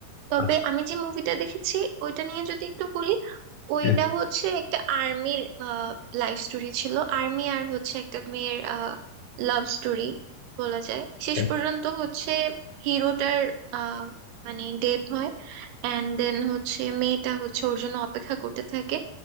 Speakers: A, on the right; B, on the left.
A: তবে
B: আচ্ছা
A: আমি যে মুভিটা দেখেছি ওইটা নিয়ে যদি একটু বলি ওইটা
B: হ্যাঁ,
A: হচ্ছে একটা আর্মির লাইফ স্টোরি ছিল আর্মি আর হচ্ছে একটা মেয়ের লাভ স্টোরি বলা যায়
B: আচ্ছা
A: শেষ পর্যন্ত হচ্ছে হিরোটার আহ, মানে ডেথ হয় অ্যান্ড দেন হচ্ছে মেয়েটা হচ্ছে ওর জন্য অপেক্ষা করতে থাকে